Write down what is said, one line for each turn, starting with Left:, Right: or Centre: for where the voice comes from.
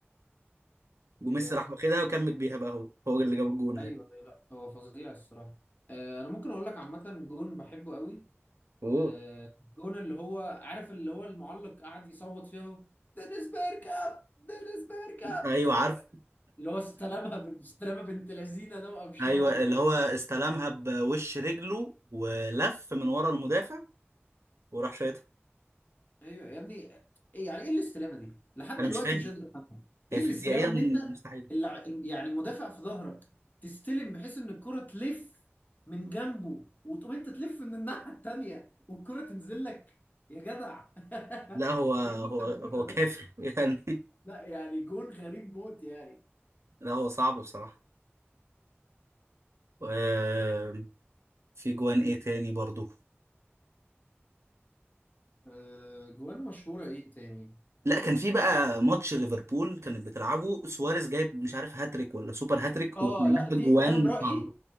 Right: وميسي
Left: هي
Right: راح واخدها وكمل بيها بقى هو هو اللي جاب الجون
Left: ايوه
Right: عادي
Left: أيوة، لا هو فظيع الصراحه آه انا ممكن اقول لك عامه جون بحبه قوي
Right: اوه
Left: آه جون اللي هو عارف اللي هو المعلق قاعد يصوت فيها دينيس بيركاب دينيس بيركاب
Right: ايوه عارف
Left: اللي هو استلمها بالاستلامه بنت لذينه ده وقفشاته
Right: ايوه اللي هو استلمها بوش رجله ولف من ورا المدافع وراح شايطها
Left: ايوه يا ابني ايه يعني ايه الاستلامه دي؟ لحد
Right: انا
Left: دلوقتي
Right: مش فاهم
Left: مش قادر افهمها
Right: هي
Left: ايه
Right: فيزيائيا
Left: الاستلامه ان انت
Right: مستحيل
Left: اللع... يعني المدافع في ظهرك تستلم بحيث ان الكره تلف من جنبه وتقوم انت تلف من الناحيه التانيه والكره تنزل لك يا جدع <laughs>
Right: لا هو هو
Left: ايه اللي انت بتقوله
Right: هو كافر
Left: ده؟
Right: <laughs> يعني
Left: لا يعني جون غريب موت يعني
Right: لا هو صعب بصراحه آه، في جوان ايه تاني برضو
Left: أه جوان مشهوره ايه تاني؟
Right: لا كان في بقى ماتش ليفربول كانت بتلعبه سواريز جايب مش عارف هاتريك ولا سوبر هاتريك
Left: اه
Right: وكلها
Left: لا دي
Right: جوان
Left: انا برايي
Right: صعبة